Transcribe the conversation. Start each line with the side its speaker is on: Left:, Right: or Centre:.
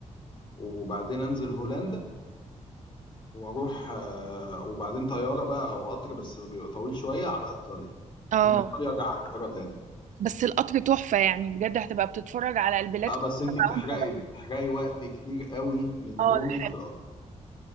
Left: وبعدين انزل هولندا واروح آه وبعدين طيارة بقى او قطر بس بيبقى طويل شوية على ايطاليا
Right: اه
Left: ومن ايطاليا ارجع على القاهرة تاني
Right: بس القطر تحفة يعني بجد هتبقى بتتفرج على البلاد
Left: اه
Right: كلها
Left: بس انتي
Right: بقى
Left: بتحرقي بتحرقي
Right: وانت
Left: وقت كتير قوي من
Right: اه
Left: يومك
Right: ده حقيقي
Left: في القطر